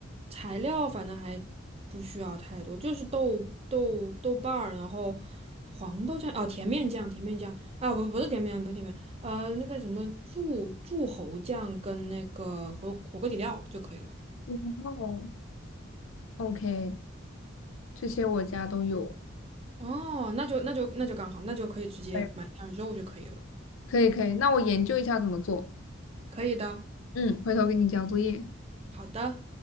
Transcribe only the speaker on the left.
然后 OK，这些我家都有。
哎可以可以，那我研究一下怎么做。
嗯，回头给你交作业。